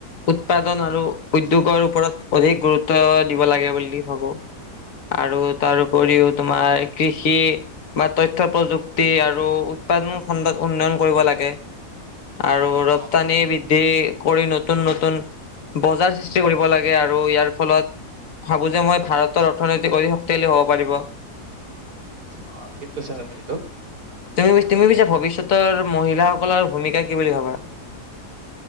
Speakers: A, on the left; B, on the right.
A: উৎপাদন আৰু উদ্্যোগৰ ওপৰত অধিক গুৰুত্ব দিব লাগে বুলি ভাবো আৰু তাৰপৰিও তোমাৰ কৃষি বা তথ্্য প্ৰযুক্তি আৰু উৎপাদন খণ্ডত উন্নয়ন কৰিব লাগে আৰু ৰপ্তানি
B: অ
A: বৃদ্ধি কৰি নতুন নতুন বজাৰ সৃষ্টি কৰিব লাগে আৰু ইয়াৰ ফলত ভাবোঁ যে মই ভাৰতৰ অৰ্থনীতি অতি শক্তিশালী হ'ব পাৰিব
B: অ ঠিক কৈছাল ন তো
A: তুমি তুমি বুছা ভৱিষ্যতৰ মহিলাসকলৰ ভূমিকা কি বুলি ভাবা